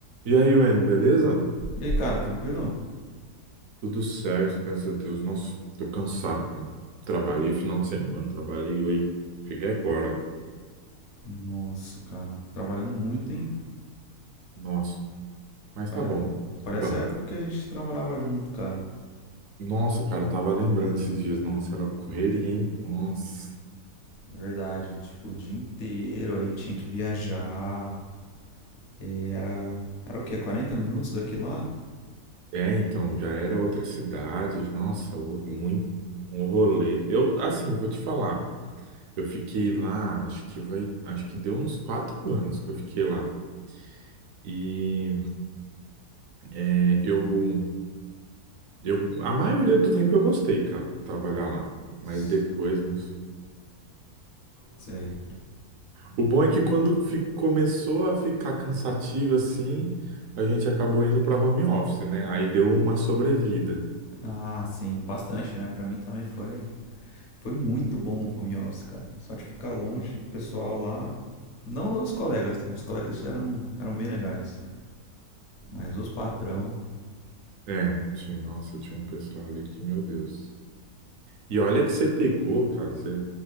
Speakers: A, on the right; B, on the left.
A: E aí, Wayne, beleza?
B: E aí, cara, tranquilo?
A: Tudo certo, graças a Deus. Nossa, tô cansado, cara. Trabalhei final de semana, trabalhei hoje. Cheguei agora.
B: Nossa, cara, trabalhando muito, hein?
A: Nossa, mas
B: Pare-
A: tá bom.
B: Parece
A: É bom.
B: a época que a gente trabalhava junto, cara.
A: Nossa, cara, eu tava lembrando esses dias. Nossa, era uma correria, hein? Nossa.
B: É Verdade, tipo, o dia inteiro aí tinha que viajar. E era. Era o quê? 40 minutos daqui lá?
A: É, então, já era outra cidade. Nossa, outro- muito um rolê. Eu, assim, vou te falar. Eu fiquei lá, acho que vai, acho que deu uns quatro anos que eu fiquei lá. E é, eu Eu, a maioria do tempo eu gostei, cara, de trabalhar lá. Mas
B: S-
A: depois, nossa.
B: Sei.
A: O bom é que quando fi- começou a ficar cansativo assim, a gente acabou indo pra home office, né? Aí deu uma sobrevida.
B: Ah, sim, bastante, né? Pra mim também foi. Foi muito bom o home office, cara. Só de ficar longe do pessoal lá. Não dos colegas, né? os colegas eram, eram bem legais. Mas os patrão,
A: É, tinha, nossa, tinha um pessoal ali que, meu Deus. E olha que você pegou, cara. Você,